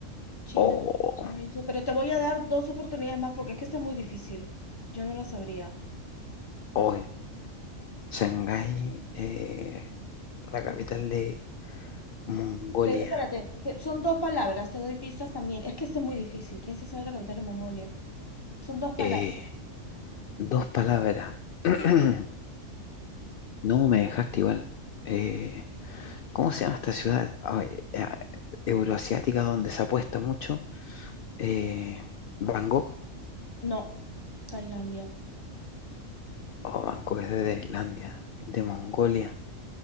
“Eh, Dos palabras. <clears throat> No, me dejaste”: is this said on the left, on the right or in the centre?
Left